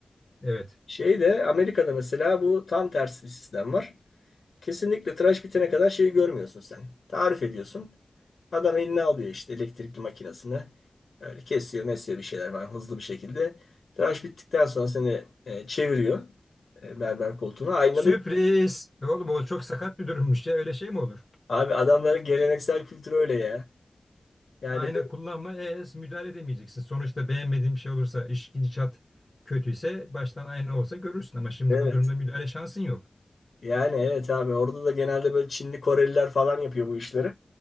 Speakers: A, on the left; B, on the left.
A: Evet.
B: Şeyde Amerika'da mesela bu tam tersi bir sistem var. Kesinlikle tıraş bitene kadar şeyi görmüyorsun sen. Tarif ediyorsun. Adam eline alıyor işte elektrikli makinesini. Öyle kesiyor, mesiyor bir şeyler falan hızlı bir şekilde. Tıraş bittikten sonra seni e, çeviriyor e, berber koltuğuna. Aynada
A: Sürpriz. E Oğlum o çok sakat bir durummuş ya öyle şey mi olur?
B: abi adamların geleneksel kültürü öyle ya. Yani
A: Ayna kullanma, e, müdahale edemeyeceksin. Sonuçta beğenmediğin bir şey olursa, iş gidişat kötüyse baştan ayna olsa görürsün ama şimdi
B: evet
A: bu durumda müdahale şansın yok.
B: Yani evet abi orada da genelde böyle Çinli Koreliler falan yapıyor bu işleri.